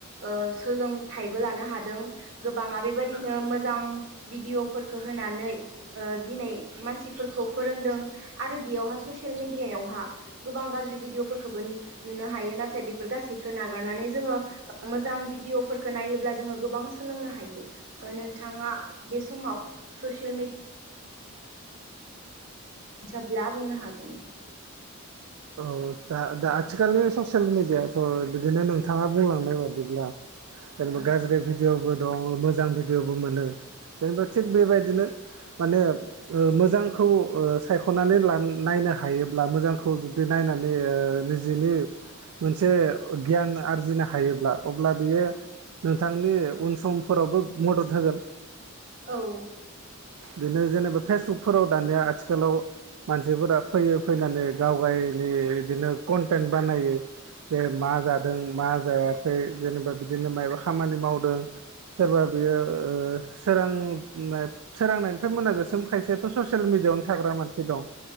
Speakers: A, on the right; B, on the right.
A: ओ सोलोंथाइबो लानो हादों गोबाङा बेबायदिनो मोजां भिडिअ'फोरखो होनानै ओ दिनै मानसिफोरखौ फोरोंदों आरो बेयावहा ससियेल मेडियायाव हा गोबां गाज्रि भिदिअफोरखौबो नुनो हायो, नाथाय बेफोर गासैखौ नागारनानै जोङो मोजां भिडिअ'फोरखौ नायोब्ला जोङो गोबां सोलोंनो हायो। ओ नोंथाङा बे समाव ससियेल मेडि सोब्ला बुंनो हागोन।
B: दा-दा आथिखालनि ससियेल मिडियाथ' बिदिनो नोंथाङा बुंलांनाय बादिब्ला जेनेबा
A: औ
B: गाज्रि भिडिअ'बो दं मोजां भिडिअ'बो मोनो। जेनेबा थिग बेबायदिनो माने ओ मोजांखौ ओ सायख'नानै लान नायनो हायोब्ला मोजांखौ जुदि नायनानै ओ निजिनि मोनसे गियान आरजिनो हायोब्ला अब्ला बियो नोंथांनि उन समफोरावबो मदद होगोन।
A: औ
B: बिदिनो जेनेबा फेसबुकफोराव दानिया आथिखालाव मानसिफोरा फैयो फैनानै गावगाय माने बिदिनो क'न्टेन बानायो जे मा जादों मा जायाखै जेनेबा बिदिनो मायबा खामानि मावदों सोरबा बेयो ओ सोरांनाय सोरांनाय फ्राय मोनाजासिम
A: औ
B: खायसेयाथ' ससियेल मेडियावनो थाग्रा मानसि दं।